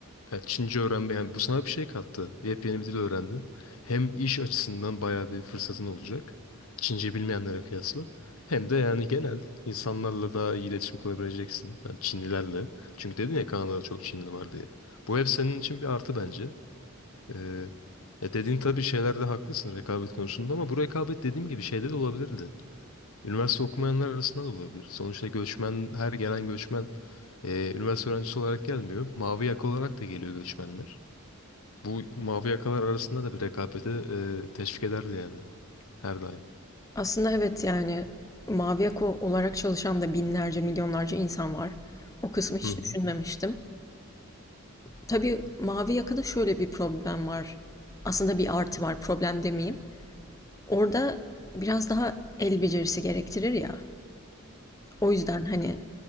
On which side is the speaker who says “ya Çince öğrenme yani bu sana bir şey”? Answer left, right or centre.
Left